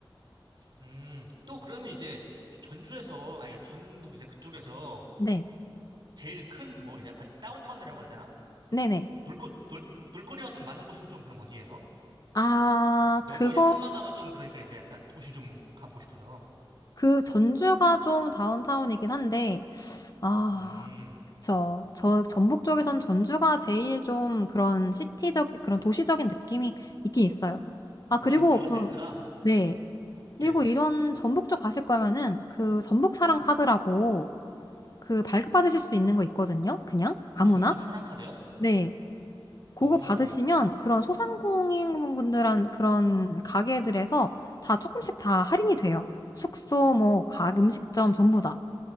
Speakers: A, on the right; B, on the left.
A: 음. 또 그러면 이제 전주에서 아니 전북 이제 그쪽에서
B: 네.
A: 제일 큰 뭐 이제 약간 다운타운이라고 해야 되나?
B: 네네.
A: 놀거 놀 놀거리가 좀 많은 곳은 좀 그럼 어디예요?
B: 아,
A: 너무
B: 그거,
A: 이제 산만 가면 좀 그러니까 이제 약간 도시 좀 가보고 싶어서.
B: 그 전주가 좀 다운타운이긴 한데, 아.
A: 음.
B: 저, 저, 전북 쪽에선 전주가 제일 좀 그런 시티적, 그런 도시적인 느낌이 있긴 있어요. 아, 그리고
A: 아, 전주가
B: 그,
A: 제일 크다?
B: 네. 그리고
A: 네네.
B: 이런 전북 쪽 가실 거면은 그 전북 사랑 카드라고 그 발급받으실 수 있는 거 있거든요. 그냥 아무나.
A: 전북 사랑카대요?
B: 네.
A: 어.
B: 그거 받으시면 그런 소상공인 분들한 그런 가게들에서 다 조금씩 다 할인이 돼요. 숙소, 뭐, 각 음식점 전부 다.